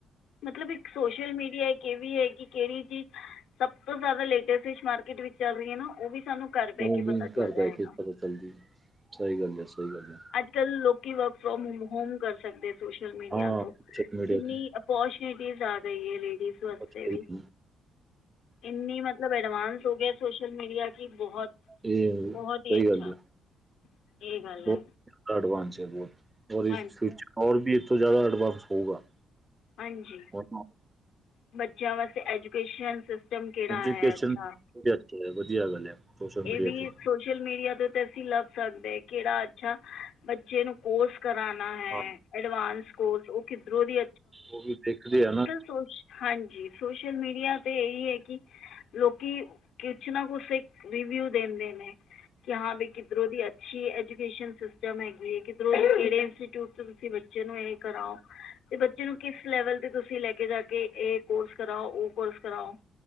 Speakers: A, on the left; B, on the right.
A: ਮਤਲਬ ਇੱਕ ਸੋਸ਼ਲ ਮੀਡੀਆ ਇੱਕ ਇਹ ਵੀ ਹੈਗੀ ਕਿਹੜੀ ਚੀਜ਼ ਸਭ ਤੋਂ ਜ਼ਿਆਦਾ ਲੇਟਸਟ ਫਿਸ਼ ਮਾਰਕੀਟ ਵਿੱਚ ਚੱਲ ਰਹੀ ਹੈ ਨਾ ਉਹ ਵੀ ਸਾਨੂੰ ਘਰ ਬਹਿ
B: ਉਹ
A: ਕੇ ਪਤਾ
B: ਵੀ
A: ਚੱਲਦਾ
B: ਘਰ ਜਾ
A: ਹੈਗਾ
B: ਕੇ ਪਤਾ ਚੱਲਦੀ ਸਹੀ ਗੱਲ ਹੈ, ਸਹੀ ਗੱਲ ਏ।
A: ਅੱ ਕੱਲ ਲੋਕੀ ਵਰਕ ਫਰੋਮ ਹੋਮ ਕਰ ਸਕਦੇ ਸੋਸ਼ਲ ਮੀਡੀਆ
B: ਹਾਂ
A: ਤੋਂ
B: ਸੋਸ਼ਲ ਮੀਡੀਆ
A: ਕਿੰਨੀ
B: ਤੇ
A: <unintelligible> ਏਸ ਵਾਤੇ
B: ਬਥੇਰੀ
A: ਵੀ ਇੰਨੀ ਮਤਲਬ ਐਡਵਾਂਸ ਹੋ ਗਿਆ। ਸੋਸ਼ਲ ਮੀਡੀਆ ਕੀ ਬਹੁਤ-ਬਹੁਤ
B: ਇਹ ਸਹੀ
A: ਹੀ ਅੱਛਾ
B: ਗੱਲ ਹੈ
A: ਇਹ ਗੱਲ
B: ਬਹੁਤ
A: ਹੈ।
B: ਐਡਵਾਂਸ ਹੈ ਬਹੁਤ ਔਰ ਇਸ
A: ਹਾਂ
B: ਫਿਚਾਰ ਵਿੱਚ ਇੱਥੋਂ ਜ਼ਿਆਦਾ ਐਡਵਾਂਸ ਹੋਊਗਾ।
A: ਹਾਂਜੀ
B: ਹੁਣ
A: ਬੱਚਿਆਂ ਵਾਸਤੇ ਐਜੂਕੇਸ਼ਨ ਕਿਹੜਾ
B: ਏਜੂਕੇਸ਼ਨ
A: ਹੈ ਅੱਛਾ
B: <unintelligible> ਵਧੀਆ ਗੱਲ ਹੈ। ਸੋਸ਼ਲ ਮੀਡੀਆ
A: ਇਹ ਵੀ
B: ਤੇ
A: ਸੋਸ਼ਲ ਮੀਡੀਆ ਤੇ ਅਸੀਂ ਲੱਭ ਸਕਦੇ ਕਿਹੜਾ ਅੱਛਾ ਬੱਚੇ ਨੂੰ ਕੋਰਸ ਕਰਾਣਾ ਹੈ
B: ਹਾਂ
A: ਅਡਵਾਂਸ ਕੋਰਸ ਉਹ ਕਿੱਧਰੋਂ ਦੀ
B: ਉਹ ਵੀ ਦੇਖਦੇ ਹੈ ਨਾ।
A: ਸੋਸ਼ਲ ਹਾਂਜੀ ਸੋਸ਼ਲ ਮੀਡੀਆ ਤੇ ਇਹੀ ਹੈ ਕਿ ਲੋਕੀ ਕੁਛ ਨਾ ਕੁਛ ਇੱਕ ਰਿਵਿਊ ਦਿੰਦੇ ਨੇ। ਕਿ ਹਾਂ ਬਾਈ ਕਿਧਰੋਂ ਦੀ ਅੱਛੀ ਐਜੂਕੇਸ਼ਨ ਸਿਸਟਮ ਹੈਗੀ ਹੈ। ਕਿਧਰ ਕਿਹੜੇ ਇੰਸਚਿਊਟ ਤੋਂ ਤੁਸੀਂ ਬੱਚੇ ਬੱਚੇ ਨੂੰ ਇਹ ਕਰਾਓ ਤੇ ਬੱਚੇ ਨੂੰ ਕਿਸ ਲੈਵਲ ਤੇ ਤੁਸੀਂ ਲੈਕੇ ਜਾ ਕੇ ਇਹ ਕੋਰਸ ਕਰਾਓ, ਉਹ ਕੋਰਸ ਕਰਾਓ।